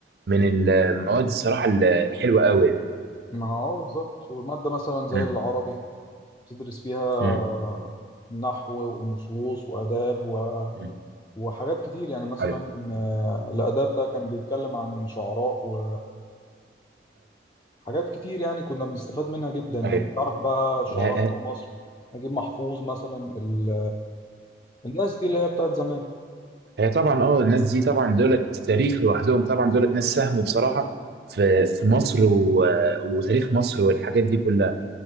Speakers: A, on the right; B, on the left.
A: من المواد الصراحه ال- الحلوه قوي يعني
B: مع اه بالظبط ومادة مثلا زي
A: امم
B: العربي بتدرس فيها
A: امم
B: نحو ونصوص وآداب و-
A: امم
B: وحاجات كتير يعني مثلا
A: ايوه
B: آه، الآداب ده كان بيتكلم عن شعراء و... حاجات كتير يعني كنا بنستفاد منها جدا يعني
A: ايوه
B: بتعرف بقى الشعراء
A: ايوه
B: بتوع مصر نجيب محفوظ مثلا ال... الناس دي اللي هي بتاعت زمان
A: هي طبعا اه الناس دي طبعا دولت تاريخ لوحدهم طبعا دولت ناس ساهموا بصراحة في في مصر و... وتاريخ مصر والحاجات دي كلها